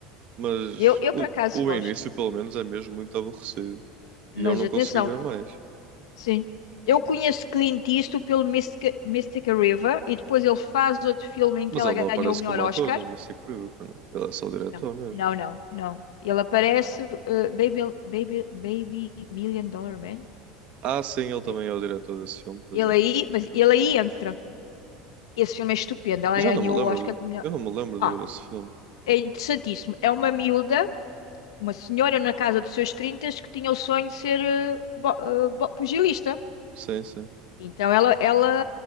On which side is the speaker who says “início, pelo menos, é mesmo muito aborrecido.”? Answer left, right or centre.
Right